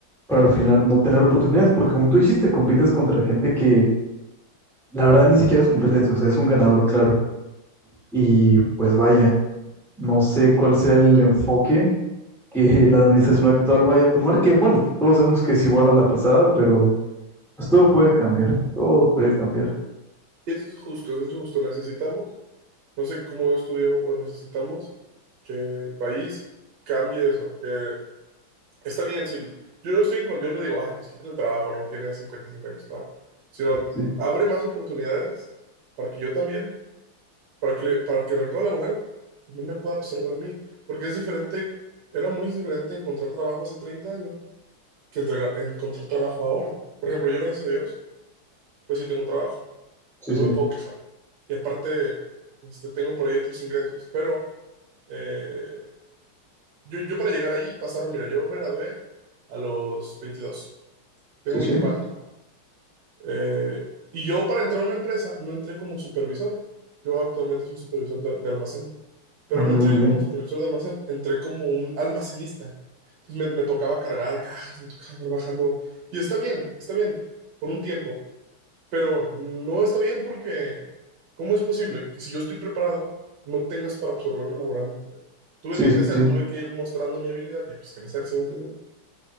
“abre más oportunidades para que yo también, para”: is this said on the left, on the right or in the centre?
Right